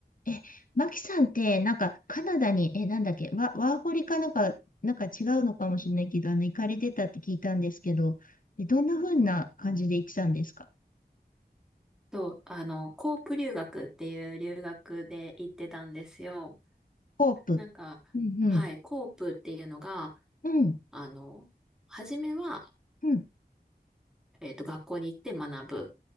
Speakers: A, on the left; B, in the centre.
A: え、マキさんって、なんか、カナダに、え、なんだっけ、ワ、ワーホリかなんか、なんか違うのかもしれないけど、あの、行かれてたって聞いたんですけど、え、どんな風な感じで行ってたんですか
B: そう、あの、コープ留学っていう留学で行ってたんですよ。
A: ホープ。
B: なんか、
A: うん、うん、
B: はい、コープっていうのが、
A: うん、
B: あの、初めは、
A: うん。
B: えっと、学校に行って学ぶ。